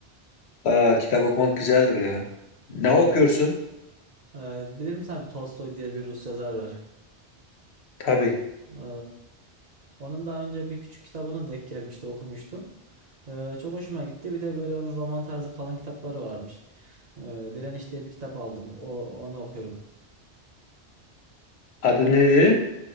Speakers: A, on the left; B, on the right.
A: Aa, kitap okumak güzeldir ya.
B: Güzel.
A: Ne okuyorsun?
B: E, bilir misin abi Tolstoy diye bir Rus yazar var.
A: Tabii.
B: E, Onun daha önce bir küçük kitabını denk gelmişti okumuştum. Ee, çok hoşuma gitti. Bir de böyle onun roman tarzı kalın kitapları varmış. Ee, Direniş diye bir kitap aldım. O, onu okuyorum.
A: Adı ne dedin?